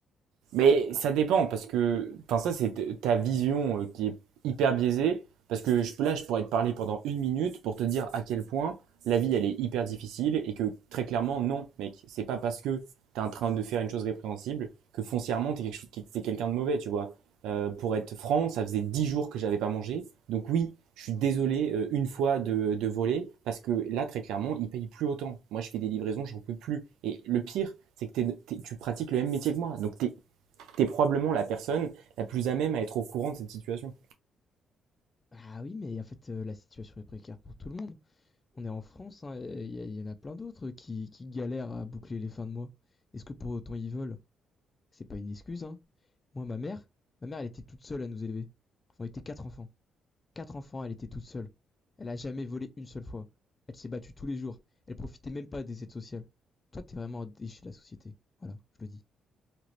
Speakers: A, on the right (about 80°); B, on the left (about 30°).
A: Mais ça dépend parce que, enfin ça c'est t- ta vision euh, qui est hyper biaisée parce que je, peux- là je pourrais te parler pendant une minute pour te dire à quel point la vie elle est hyper difficile et que très clairement non mec, c'est pas parce que t'es en train de faire une chose répréhensible que foncièrement t'es quelque chose, t'es t'es quelqu'un de mauvais tu vois. Euh, pour être franc, ça faisait dix jours que j'avais pas mangé, donc oui. Je suis
B: Oh.
A: désolé euh, une fois de, de voler parce que là, très clairement, ils payent plus autant. Moi, je fais des livraisons, j'en peux plus. Et le pire, c'est que t'es- t'es- tu pratiques le même métier que moi. Donc, t'es tu es probablement la personne la plus à même à être au courant de cette situation.
B: Ah oui, mais en fait, euh, la situation est précaire pour tout le monde. on est en France, hein, et il y, y en a plein d'autres qui, qui galèrent à boucler les fins de mois. Est-ce que pour autant ils veulent C'est pas une excuse, hein. Moi, ma mère, ma mère, elle était toute seule à nous élever. On était quatre enfants. Quatre enfants, elle était toute seule. Elle a jamais volé une seule fois. Elle s'est battue tous les jours. Elle profitait même pas des aides sociales. Toi, t'es vraiment un déchet de la société. Voilà, je le dis.